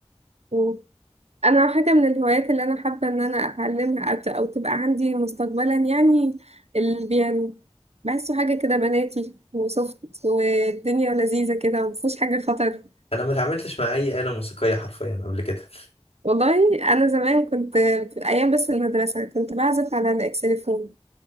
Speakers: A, on the right (about 75°); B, on the left (about 65°).
A: مم. أنا حاجة من الهوايات اللي أنا حابة إن أنا أتعلمها أو ت- أو تبقى عندي مستقبلا يعني البيانو بحسه حاجة كده بناتي وسوفت والدنيا لذيذة كده ومفيهوش حاجة خطر
B: انا ما اتعاملتش مع اي آلة موسيقية حرفيا قبل كده <laughs>
A: والله أنا زمان كنت في أيام بس المدرسة كنت بعزف على الإكسليفون